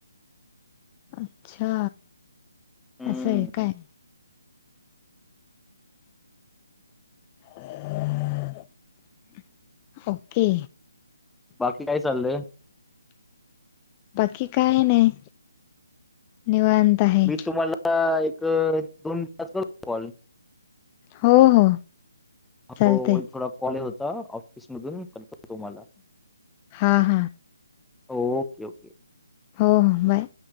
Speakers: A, on the left (about 25°); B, in the centre.
A: अच्छा!
B: हम्म
A: असंय काय <inaudible> ओके
B: बाकी काय चाललंय?
A: बाकी काय नाय निवांत- आहे
B: मी तुम्हाला एक दोन तास करु का कॉल?
A: हो हो चालतंय
B: हो थोडा कॉल येत होता ऑफिस मधून करतो तुम्हाला मल
A: हां हां
B: ओके ओके
A: हो हो बाय